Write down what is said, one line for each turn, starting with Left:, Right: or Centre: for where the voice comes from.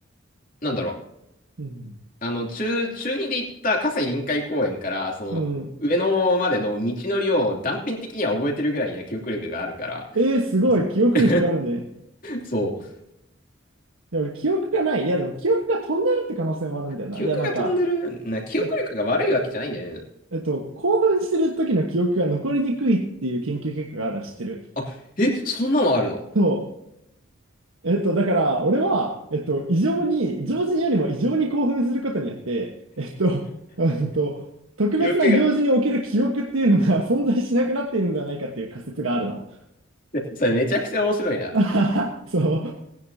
Left: なんだろう。
Right: うん。
Left: あの、中、中2で行った葛西臨海公園から、その、
Right: うん。
Left: 上野までの道のりを断片的には覚えてるぐらいには記憶力があるから、
Right: えー、すごい。
Left: あそう。
Right: 記憶力があるね。
Left: <laughs> そう。
Right: で、俺、記憶がない。いや、でも記憶が飛んでるって可能性もあるんだよな。
Left: 記憶が飛んでる、
Right: いや、なんか、
Left: な、記憶力が悪いわけじゃないんだよね。
Right: え、えっと、興奮してる時の記憶が残りにくいっていう研究結果があるの知ってる。
Left: あ、え、そんなのあるの
Right: そう。えっと、だから、俺は、えっと、異常に、常人よりも異常に興奮することによって、えっと、<laughs> えっと、特別な行事における記憶っていうのが
Left: 記憶が。
Right: <laughs> 存在しなくなっているんじゃないかっていう仮説があるの。
Left: <laughs> それめちゃくちゃ面白いな。
Right: <laughs> そう。